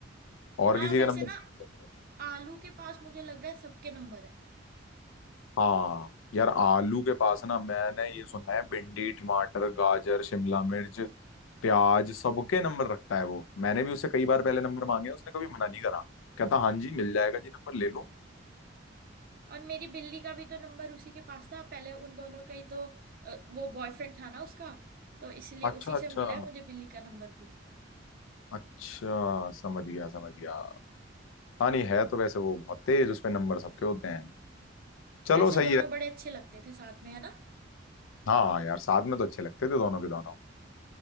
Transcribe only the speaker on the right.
हाँ
वैसे
ना
आलू के पास मुझे लग रहा है सबके नंबर है
और मेरी बिल्ली का भी तो नंबर उसी के पास था पहले उन दोनों का ही तो अ, वो बॉयफ्रेंड था ना उसका तो इसलिए
उसी
से मिला है मुझे बिल्ली का नंबर भी
वैसे
दोनों
बड़े अच्छे लगते थे साथ में है ना